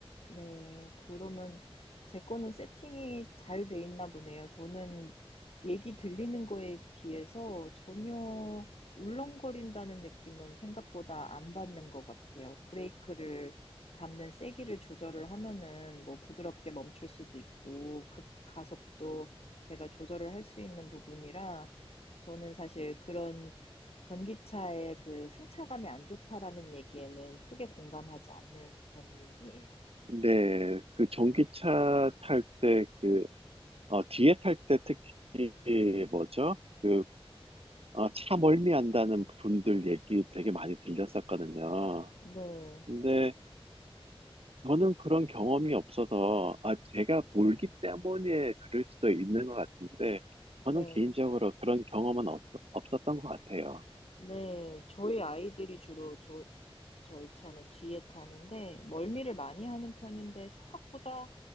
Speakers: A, on the left; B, on the right.
A: 네. 그러면 제 거는 세팅이 잘 돼 있나 보네요. 저는 얘기 들리는 거에 비해서 전혀 울렁거린다는 느낌은 생각보다 안 받는 것 같아요. 브레이크를 밟는 세기를 조절을 하면은 뭐 부드럽게 멈출 수도 있고 급 가속도 제가 조절을 할 수 있는 부분이라 저는 사실 그런 전기차의 그 승차감이 안 좋다라는 얘기에는 크게 공감하지 않는 편이에요.
B: 근데 그 전기차 탈 때 그, 어, 뒤에 탈 때 특히 뭐죠? 그, 어, 차 멀미한다는 분들 얘기 되게 많이 들렸었거든요.
A: 네,
B: 근데 저는 그런 경험이 없어서, 아, 제가 몰기 때문에 그럴 수도 있는 것 같은데, 저는
A: 네,
B: 개인적으로 그런 경험은 없, 없었던 것 같아요.
A: 네. 저희 아이들이 주로 저, 저희 차는 뒤에 타는데, 멀미를 많이 하는 편인데, 생각보다